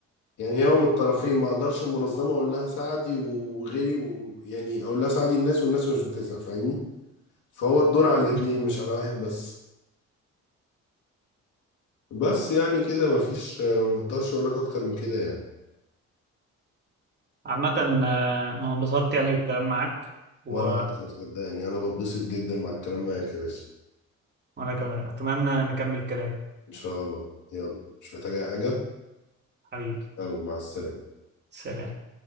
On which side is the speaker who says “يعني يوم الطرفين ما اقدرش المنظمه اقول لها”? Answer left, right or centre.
Left